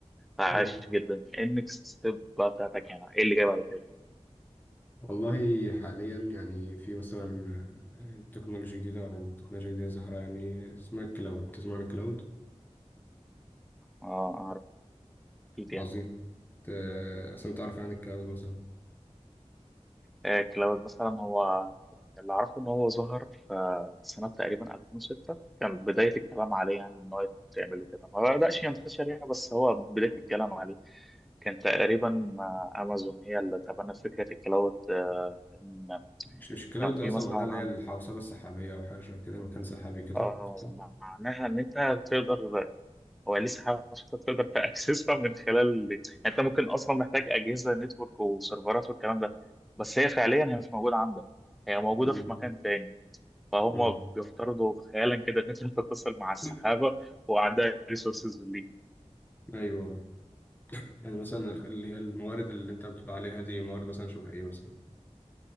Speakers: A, in the centre; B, on the left.
A: عاش
B: مم.
A: جدا ايه النكست ستيب بقى بتاعتك يعني ايه اللي جاي بعد كده
B: والله حاليا يعني في مثلا آه، تكنولوجيا جديدة أو تكنولوجيا جديدة ظاهرة يعني اسمها الكلاود تسمع عن الكلاود
A: اه اعرف اكيد يعني
B: عظيم ت- أصلا تعرف عن الكلاود مثلا
A: آه، كلاود مثلا هو اللي اعرفه ان هو ظهر في سنه تقريبا 2006 كان بدايه الكلام عليه يعني ان هو يتعمل وكده ما بداش ينتشر يعني بس هو بدايه الكلام عليه كان تقريبا آه، امازون هي اللي تبنت فكره الكلاود آه، ان
B: مش مش الكلاود
A: كان
B: دي
A: في
B: أصلا
A: مثلا
B: معناها
A: عن
B: اللي هي الحوسبة السحابية أو حاجة شبه كده مكان سحابي كده
A: آه،
B: صح؟
A: معناها ان انت تقدر هو لسه حاجة عشان انت تقدر تاكسسها من خلال يعني انت ممكن اصلا محتاج اجهزه نتورك وسيرفرات والكلام ده بس هي فعليا هي مش موجوده عندك هي موجوده
B: مم.
A: في مكان تاني فهم
B: مم.
A: بيفترضوا خيالا كده ان انت تتصل مع السحابه
B: <coughs>
A: وعندها ريسورسز ليك
B: أيوه يعني مثلا اللي هي الموارد اللي أنت بتقول عليها دي موارد مثلا شبه إيه مثلا؟